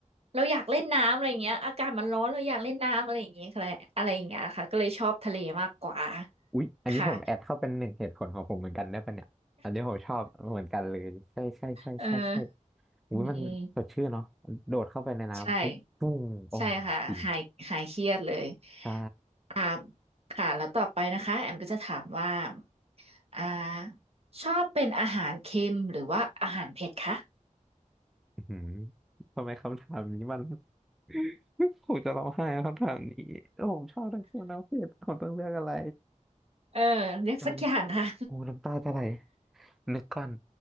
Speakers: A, on the right; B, in the centre.
A: เราอยากเล่นน้ำอะไรเงี้ยอากาศมันร้อนเราอยากเล่นน้ำอะไรอย่างเงี้ยค่ะอะไรอย่างเงี้ยค่ะก็เลยชอบทะเลมากกว่า
B: อุ๊ยอันนี้ผมแอดเข้าเป็นหนึ่งเหตุผลของผมเหมือนกันได้ปะเนี่ยอันนี้ผมชอบเหมือนกันเลยใช่ใช่ใช่ใช่ใช่
A: ค่ะ เออ
B: อุ๊ยมันสดชื่นเนาะโดดเข้าไปในน้ำปุ๊บปุ้งโอ้
A: อืมอืมใช่ใช่ค่ะหายหายเครียดเลย
B: กินใช่
A: อ่าค่ะแล้วต่อไปนะคะแอมก็จะถามว่าอ่าชอบเป็นอาหารเค็มหรือว่าอาหารเผ็ดคะ
B: อื้อหือทำไมคำถามนี้มัน <laughs> ผมจะร้องไห้กับคำถามนี้โอ้ผมชอบทั้งคิวทั้งเพศผมต้องเลือกอะไร
A: เออเลือกสักอย่างค่ะ
B: น้ำโอ้น้ำตาจะไหลนึกก่อน